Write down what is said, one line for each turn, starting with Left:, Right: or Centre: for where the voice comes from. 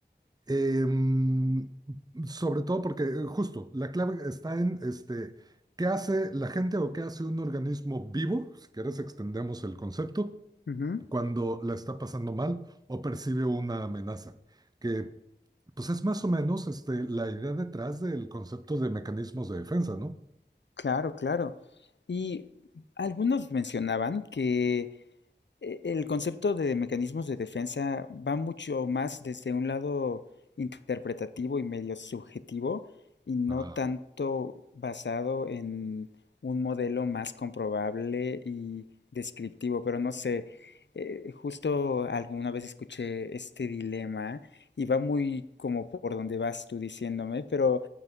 Right: Em, sobre todo porque eh, justo la clave está en este, qué hace la gente o qué hace un organismo vivo, si quieres extendemos el concepto,
Left: ujú,
Right: cuando la está pasando mal o percibe una amenaza, que pues es más o menos este, la idea detrás del concepto de mecanismos de defensa, ¿no?
Left: claro, claro. Y algunos mencionaban que e- El concepto de mecanismos de defensa va mucho más desde un lado interpretativo y medio subjetivo y no
Right: Ah.
Left: tanto basado en un modelo más comprobable y descriptivo. Pero no sé, eh, justo alguna vez escuché este dilema y va muy como por donde vas tú diciéndome, pero